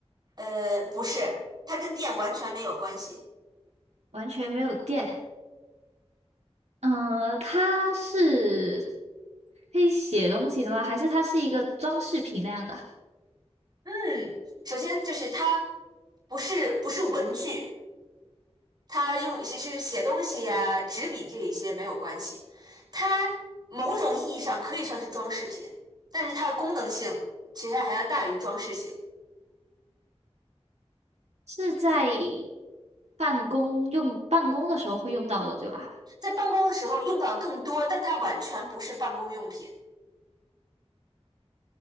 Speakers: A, on the right; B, on the right.
A: 呃不是，它跟电完全没有关系。
B: 完全没有电。嗯、它是可以写东西的吗？还是它是一个装饰品那样的？
A: 嗯，首先就是它不是不是文具，它用是是写东西呀、纸笔这一些没有关系，它某种意义上可以算是装饰品，但是它的功能性其实还要大于装饰性，
B: 是在办公用办公的时候会用到的，对吧？
A: 在办公的时候用到的更多，但它完全不是办公用品。